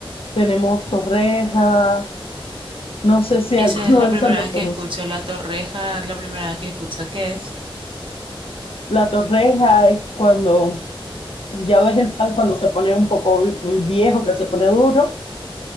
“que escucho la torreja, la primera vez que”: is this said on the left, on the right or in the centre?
Right